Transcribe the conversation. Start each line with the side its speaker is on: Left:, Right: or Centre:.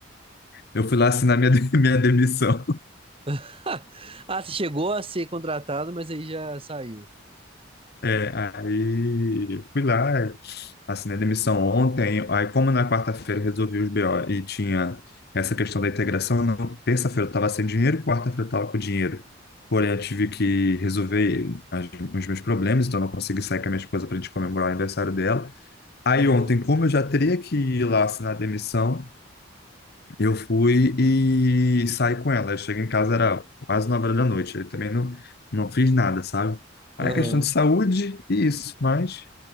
Left: eu fui lá assinar minha, <laughs> minha demissão.
Right: <laughs> Ah, você chegou a ser contratado, mas aí já saiu.
Left: É, aí fui lá, assinei demissão ontem, aí como na quarta-feira eu resolvi os BO e tinha essa questão da integração, não, terça-feira eu estava sem dinheiro, quarta-feira eu estava com dinheiro. Porém, eu tive que resolver as- os meus problemas, então eu não consegui sair com a minha esposa para a gente comemorar o aniversário dela. Aí
Right: Aham,
Left: ontem, como eu já teria que ir lá assinar a demissão, eu fui e saí com ela. Eu cheguei em casa, era quase nove horas da noite. Eu também não, não fiz nada, sabe? Aí
Right: aham.
Left: é questão de saúde e isso, mas